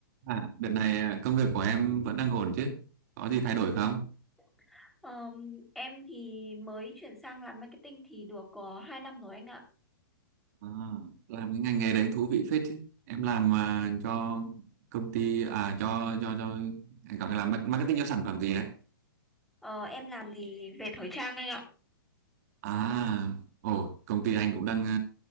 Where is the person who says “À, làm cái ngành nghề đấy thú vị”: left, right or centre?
Right